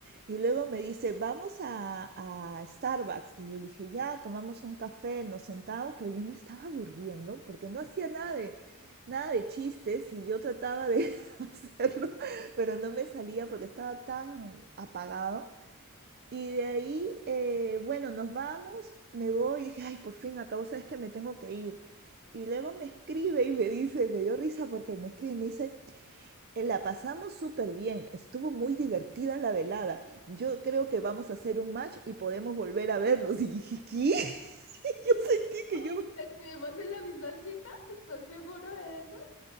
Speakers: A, on the right (about 45°); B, on the left (about 65°).
A: Y luego me dice, vamos a, a Starbucks. Y yo le dije, ya, tomamos un café, nos sentamos, pero yo me estaba aburriendo porque no hacía nada de, nada de chistes y yo trataba de <laughs> hacerlo, pero no me salía porque estaba tan apagado. Y de ahí, eh, bueno, nos vamos, me voy y dije, ay, por fin acabo, sabes que me tengo que ir. Y luego me escribe y me dice, me dio risa porque me escribe y me dice, "Eh, la pasamos súper bien, estuvo muy divertida la velada, yo creo que vamos a hacer un match y podemos volver a vernos. <laughs> Y dije, ¿qué? <laughs> Yo sentí
B: Oh,
A: que yo
B: ¿Estuvimos en la misma cita? ¿Estás seguro de eso?